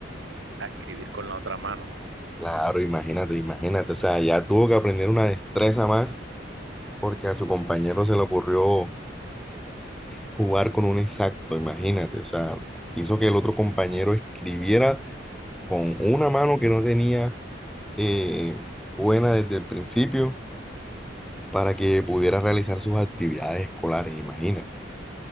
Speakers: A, on the right; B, in the centre.
A: a escribir con la otra mano.
B: Claro, imagínate, imagínate, o sea, ya tuvo que aprender una destreza más porque a su compañero se le ocurrió jugar con un exacto, imagínate, o sea, hizo que el otro compañero escribiera con una mano que no tenía eh, buena desde el principio para que pudiera realizar sus actividades escolares, imagínate,